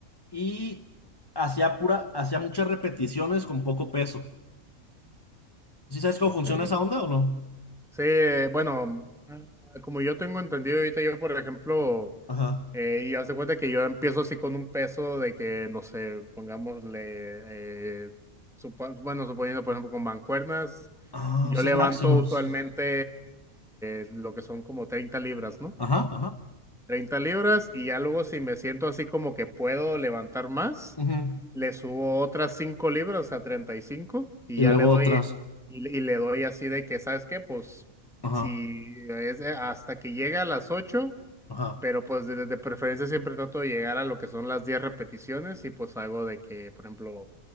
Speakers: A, on the left; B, in the centre.
A: Y hacía pura, hacía muchas repeticiones con poco peso. ¿Sí sabes cómo
B: Ok.
A: funciona esa onda o no?
B: Sí, eh, bueno, ah, como yo tengo entendido ahorita, yo por ejemplo,
A: Ajá.
B: eh, y hace cuenta que yo empiezo así con un peso de que, no sé, pongámosle, eh, supo- bueno, suponiendo por ejemplo con mancuernas,
A: Ah,
B: yo
A: esas
B: levanto
A: máximas.
B: usualmente eh, lo que son como 30 libras, ¿no?
A: Ajá, ajá.
B: treinta libras y ya luego si me siento así como que puedo levantar más,
A: ujú.
B: le subo otras 5 libras a treinta y cinco y
A: Y
B: ya
A: luego
B: le doy
A: otras.
B: y, le y le doy así de que, ¿sabes qué? Pues
A: Ajá,
B: si es eh, hasta que llegue a las ocho
A: ajá,
B: pero pues de, de preferencia siempre trato de llegar a lo que son las 10 repeticiones y pues hago de que, por ejemplo,